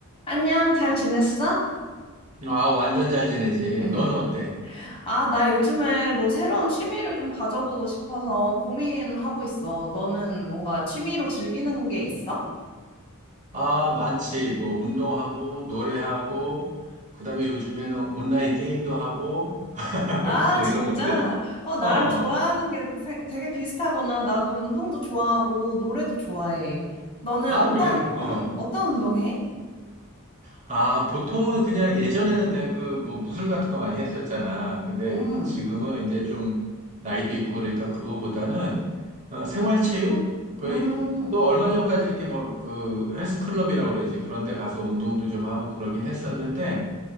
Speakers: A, on the left; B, on the right.
A: 안녕, 잘 지냈어?
B: 아, 완전 잘 지내지.
A: <laughs>
B: 너는 어때?
A: 아, 나 요즘에 뭐 새로운 취미를 좀 가져보고 싶어서 고민하고 있어. 너는 뭔가 취미로 즐기는 게 있어?
B: 아, 많지. 뭐, 운동하고, 노래하고, 그 다음에 요즘에는 온라인 게임도 하고, <laughs>
A: 아,
B: 뭐
A: 진짜?
B: 이런 것들?
A: 어, 나랑
B: 어. 어,
A: 좋아하는
B: 어.
A: 게 생- 되게 비슷하구나. 나도 운동도 좋아하고 노래도 좋아해. 너는
B: 아,
A: 어떤,
B: 그래. 어.
A: 응, 어떤 운동해?
B: 아, 보통은 그냥 예전에는 내가 그, 뭐, 무술 같은 거 많이 했었잖아. 근데
A: 음,
B: 지금은 이제 좀 나이도 있고 그러니까 그거보다는 어, 생활체육? 그,
A: 음.
B: 또 얼마 전까지 이렇게 뭐, 그, 헬스클럽이라고 그러지. 그런 데 가서 운동도 좀 하고 그러긴 했었는데,